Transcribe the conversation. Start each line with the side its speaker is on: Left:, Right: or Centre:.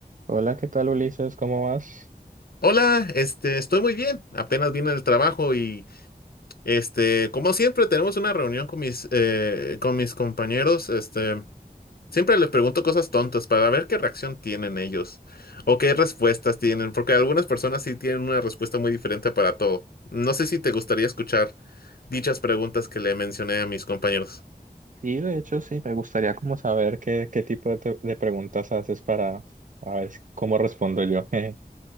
Right: Hola, ¿qué tal Ulises? ¿Cómo vas?
Left: Hola, este, estoy muy bien. Apenas vine del trabajo y, este, como siempre, tenemos una reunión con mis, eh, con mis compañeros. Este, siempre les pregunto cosas tontas para ver qué reacción tienen ellos o qué respuestas tienen, porque algunas personas sí tienen una respuesta muy diferente para todo. No sé si te gustaría escuchar dichas preguntas que le mencioné a mis compañeros.
Right: Y de hecho sí, me gustaría como saber qué, qué tipo de, te- de preguntas haces para a ver s- cómo respondo yo. <laughs>